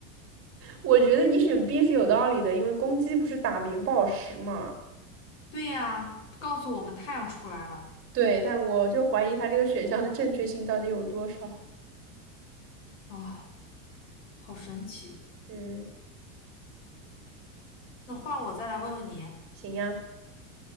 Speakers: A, on the right (about 35°); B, on the left (about 70°).
A: 我觉得你选 B 是有道理的，因为公鸡不是打鸣报时嘛。
B: 对呀，告诉我们太阳出来了
A: 对，但我就怀疑它这个选项的正确性到底有多少。
B: 啊，好神奇。
A: 嗯，
B: 那换我再来问问你，
A: 行呀，